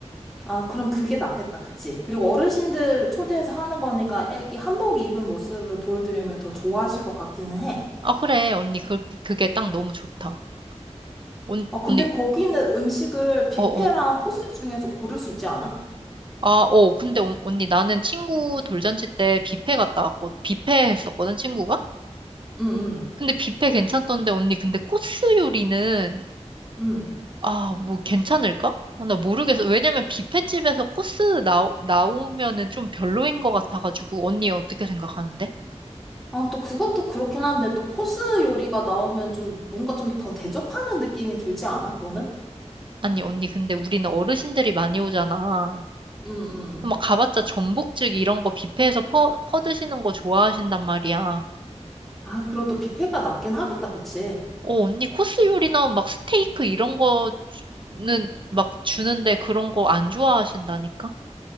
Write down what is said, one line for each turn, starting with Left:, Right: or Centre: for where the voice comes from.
Centre: 아, 그럼 그게 낫겠다, 그치? 그리고 어르신들 초대해서 하는 거니까 애기 한복 입은 모습을 보여드리면 더 좋아하실 것 같기는 해.
Right: 아, 그래. 언니 그 그게 딱 너무 좋다. 언,
Centre: 어, 근데
Right: 언니
Centre: 거기는 음식을 뷔페랑
Right: 어, 어.
Centre: 코스 중에서 고를 수 있지 않아?
Right: 아, 어. 근데 언- 언니 나는 친구 돌잔치 때 뷔페 갔다 왔고 뷔페 했었거든, 친구가.
Centre: 응, 응,
Right: 근데 뷔페 괜찮던데 언니 근데 코스 요리는
Centre: 응.
Right: 아, 뭐 괜찮을까? 아, 나 모르겠어. 왜냐면 뷔페집에서 코스 나오, 나오면은 좀 별로인 것 같아가지고. 언니 어떻게 생각하는데?
Centre: 아, 또 그것도 그렇긴 한데 또 코스 요리가 나오면 좀 뭔가 좀 더 대접하는 느낌이 들지 않아? 너는?
Right: 아니, 언니, 근데 우리는 어르신들이 많이 오잖아.
Centre: 응, 응.
Right: 막 가봤자 전복죽 이런 거 뷔페에서 퍼, 퍼드시는 거 좋아하신단 말이야.
Centre: 아, 그럼 또 뷔페가 낫긴 하겠다, 그치?
Right: 어, 언니 코스 요리 나오면 막 스테이크 이런 거는 막 주는데 그런 거 안 좋아하신다니까?